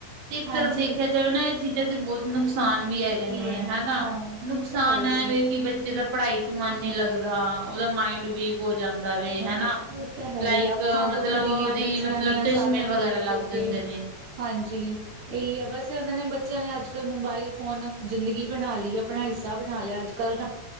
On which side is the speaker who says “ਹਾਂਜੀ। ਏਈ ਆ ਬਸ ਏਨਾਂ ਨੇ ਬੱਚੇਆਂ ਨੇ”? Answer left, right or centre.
Right